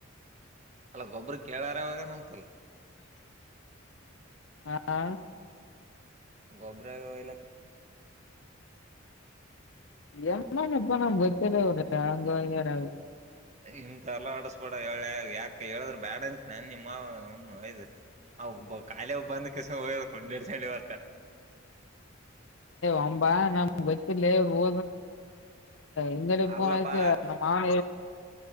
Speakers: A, on the right; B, on the left.
A: ಅಲ್ಲ ಗೊಬ್ಬ್ರ ಕೇಳಾರವಾಗನ ಅಂತಲ್ಲ
B: ಹಾ
A: ಗೊಬ್ಬರಾಗಲ್ಲ
B: ಎಮ ಪ ಗ ಅಂಗ ಯಾರ
A: ಇಂತಥ ಎಲ್ಲ ಆಡಸ್ಬೇಡ ಹೇಳ ಯಾಕ ಹೇಳಿದ್ರೆ ಬ್ಯಾಡ ಅಂತ ನಾನ ನಿಮ್ಮಯಬ ಕಾಲಿ ಬಂದ ಕ ಕೊಂಡಿಸೊಂಡಿ ಇವತ್ತ
B: ಅಬ ಬತ್ತ ರೋ ಇಡೆ
A: ಅಲ್ಲಪಾ
B: ಪನತ ನಮ್ಮ ಮಾನ